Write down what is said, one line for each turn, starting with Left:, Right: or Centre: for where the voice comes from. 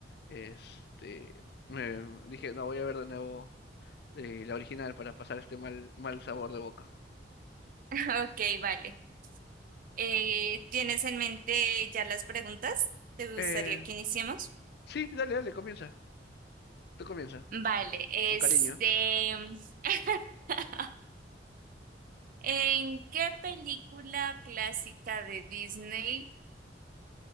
Left: este, me dije, no, voy a ver de nuevo eh, la original para pasar este mal, mal sabor de boca.
Right: <laughs> ok, vale. Eh, ¿tienes en mente ya las preguntas? ¿Te gustaría
Left: Eh,
Right: que iniciemos?
Left: Sí, dale, dale, comienza. Tú comienza.
Right: Vale, este...
Left: Con cariño.
Right: <laughs> ¿En qué película clásica de Disney